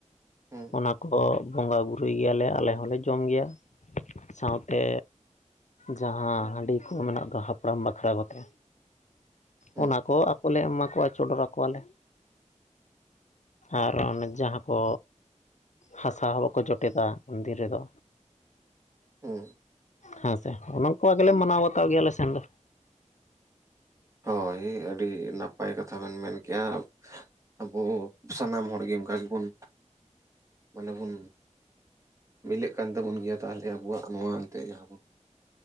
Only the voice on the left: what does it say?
ᱚᱱᱟ ᱠᱚ ᱵᱚᱸᱜᱟ ᱵᱩᱨᱩᱭ ᱜᱮᱭᱟᱞᱮ ᱟᱞᱮ ᱦᱚᱸᱞᱮ ᱡᱚᱢ ᱜᱮᱭᱟ ᱥᱟᱶᱛᱮ ᱡᱟᱦᱟᱸ ᱦᱟᱺᱰᱤ ᱠᱚ ᱢᱮᱱᱟᱜ ᱫᱚ ᱦᱟᱯᱲᱟᱢ ᱵᱟᱠᱷᱨᱟ ᱠᱚᱛᱮ
ᱚᱱᱟ ᱠᱚ ᱟᱠᱚᱞᱮ ᱮᱢᱟ ᱠᱚᱣᱟ ᱪᱚᱰᱚᱨ ᱟᱠᱚᱣᱟᱞᱮ ᱟᱨ ᱚᱱᱮ ᱡᱟᱦᱟᱸ ᱠᱚ ᱦᱟᱥᱟ ᱦᱚᱸ ᱵᱟᱠᱚ ᱡᱚᱴᱮ ᱫᱟ ᱩᱱᱫᱤᱱ ᱨᱮᱫᱚ
ᱦᱮᱸ ᱥᱮ ᱚᱱᱠᱟ ᱜᱮᱞᱮ ᱢᱟᱱᱟᱣ ᱵᱟᱛᱟᱣ ᱜᱮᱭᱟ ᱟᱞᱮ ᱥᱮᱱ ᱫᱚ